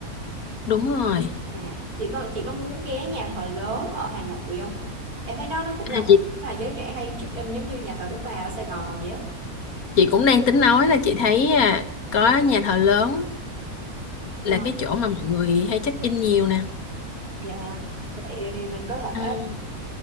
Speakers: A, on the left; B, on the right.
A: đúng rồi
B: À, chị có chị có muốn ghé nhà thờ lớn ở Hà Nội không? Em thấy đó nó cũng là
A: à,
B: một
A: chị
B: điểm mà giới trẻ hay check in giống như nhà thờ Đức Bà ở Sài Gòn vậy á.
A: chị cũng đang tính nói là chị thấy à, có nhà thờ lớn
B: Ờ,
A: là cái chỗ mà mọi người hay check in nhiều nè
B: dạ vậy thì mình có thể
A: à,